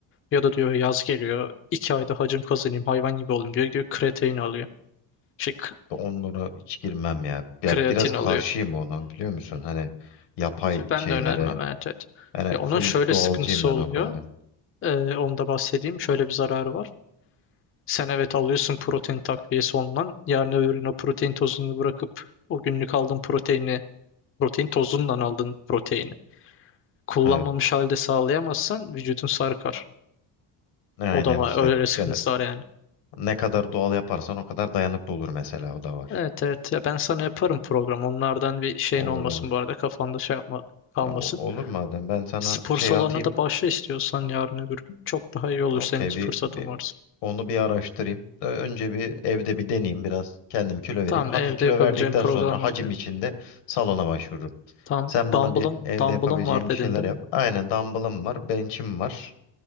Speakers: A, on the left; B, on the left.
A: Ya da diyor yaz geliyor. iki ayda hacim kazanayım hayvan gibi olayım diyor. Gidiyor kreatin alıyor. Şey k-
B: Onlara hiç girmem ya. Ya
A: kreatin
B: biraz karşıyım
A: alıyor.
B: ona biliyor musun? Hani yapay
A: Ya Ben
B: şeylere.
A: de önermem evet, evet.
B: Yani
A: Ya onun
B: full
A: şöyle
B: doğalcıyım
A: sıkıntısı
B: ben
A: oluyor.
B: o konuda.
A: Ee, onu da bahsedeyim. Şöyle bir zararı var. Sen evet alıyorsun protein takviyesi ondan. Yarın öbür gün o protein tozunu bırakıp o günlük aldığın proteini, protein tozundan aldığın proteini kullanmamış
B: Evet.
A: halde sağlayamazsan vücudun sarkar.
B: Aynen
A: O da var.
B: işte.
A: Öyle öyle sıkıntısı
B: Yani
A: var yani.
B: Ne kadar doğal yaparsan o kadar dayanıklı olur mesela o da var.
A: Evet evet. Ya ben sana yaparım program. Onlardan bir şeyin
B: Olur
A: olmasın
B: olur.
A: bu arada. Kafanda şey yapma kalmasın.
B: E, o- olur madem ben sana
A: Spor
B: şey
A: salonuna
B: atayım.
A: da başla istiyorsan yarın öbür gün. Çok daha iyi olur
B: Okey
A: senin fırsatın
B: bir, bir
A: varsa.
B: onu bir araştırayım. Ö- Önce bir evde bir deneyeyim biraz kendim kilo vereyim.
A: Tamam
B: Hafif
A: evde
B: kilo
A: yapabileceğin
B: verdikten
A: program
B: sonra
A: vardı
B: hacim
A: ya.
B: içinde salona başvururum.
A: Tamam.
B: Sen bana
A: Dumbbell'ım,
B: bir evde
A: dumbbell'ım
B: yapabileceğim
A: var dedin
B: bir şeyler
A: değil
B: yap.
A: mi?
B: Aynen dumbbellım var, bench'im var.